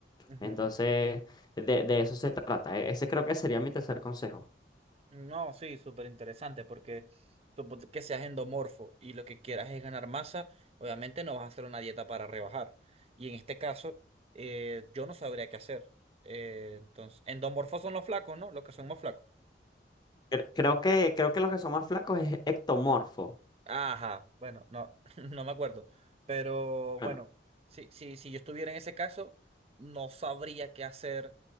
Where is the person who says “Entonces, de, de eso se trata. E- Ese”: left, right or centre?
Left